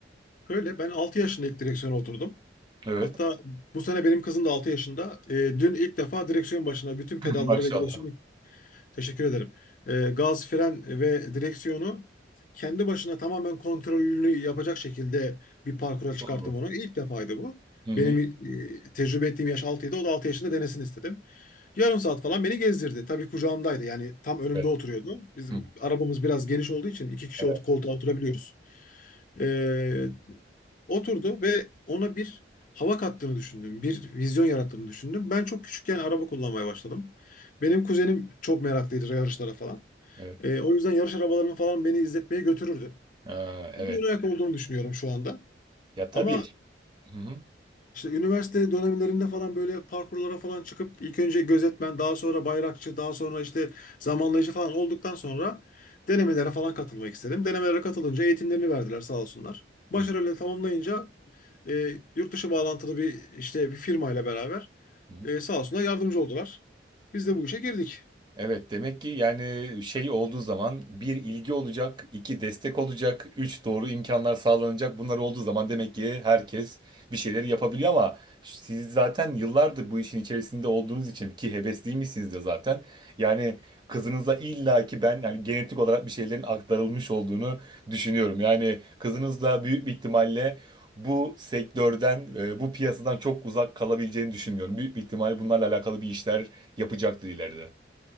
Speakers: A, on the left (about 45°); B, on the right (about 25°).
A: Şöyle ben altı yaşında ilk direksiyona oturdum.
B: Evet.
A: Hatta bu sene benim kızım da 6 yaşında. Ee, dün ilk defa direksiyon başına bütün pedalları
B: <laughs> Maşallah.
A: ve direksiyon Teşekkür ederim. Ee, gaz, fren ve direksiyonu kendi başına tamamen kontrolünü yapacak şekilde bir parkura çıkarttım
B: Olur.
A: onu. İlk defaydı bu.
B: Hı hı.
A: Benim e, tecrübe ettiğim yaş altıydı. O da 6 yaşında denesin istedim. Yarım saat falan beni gezdirdi. Tabii kucağımdaydı. Yani tam önümde
B: Evet.
A: oturuyordu. Bizim
B: Hı.
A: arabamız biraz geniş olduğu için iki kişi
B: Evet.
A: ot- koltuğa oturabiliyoruz. Ee, oturdu ve ona bir hava kattığını düşündüm. Bir vizyon yarattığını düşündüm. Ben çok küçükken araba kullanmaya başladım. Benim kuzenim çok meraklıydı yarışlara falan.
B: Evet.
A: Ee, o yüzden yarış arabalarını falan beni izletmeye götürürdü.
B: Ee, evet.
A: Bunun ayak olduğunu düşünüyorum şu anda.
B: Ya tabii.
A: Ama
B: Hı hı.
A: işte üniversite dönemlerinde falan böyle parkurlara falan çıkıp ilk önce gözetmen, daha sonra bayrakçı, daha sonra işte zamanlayıcı falan olduktan sonra denemelere falan katılmak istedim. Denemelere katılınca eğitimlerini verdiler sağ olsunlar. Başarıyla
B: Hı
A: tamamlayınca e, yurt dışı bağlantılı bir işte bir firmayla beraber
B: hı.
A: e, sağ olsunlar yardımcı oldular. Biz de bu işe girdik.
B: Evet demek ki yani şey olduğu zaman bir ilgi olacak, iki destek olacak, üç doğru imkanlar sağlanacak. Bunlar olduğu zaman demek ki herkes bir şeyleri yapabiliyor ama siz zaten yıllardır bu işin içerisinde olduğunuz için ki hevesliymişsiniz de zaten. Yani kızınıza illa ki ben yani genetik olarak bir şeylerin aktarılmış olduğunu düşünüyorum. Yani kızınız da büyük bir ihtimalle bu sektörden, e, bu piyasadan çok uzak kalabileceğini düşünmüyorum. Büyük bir ihtimalle bunlarla alakalı bir işler yapacaktır ileride.